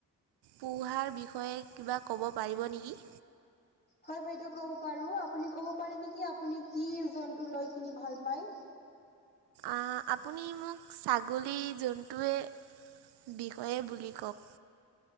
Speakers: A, on the right (about 80°); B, on the left (about 25°).
A: পোঢ়াৰ বিষয়ে কিবা ক'ব পাৰিব নেকি?
B: হয় বাইদেউ ক'ব পাৰো। আপুনি ক'ব পাৰে নিকি আপুনি কি জন্তু লৈ কিনি ভাল পায়?
A: আঁ আপুনি মোক ছাগলী জন্তুৱে বিষয়ে বুলি কও'ক।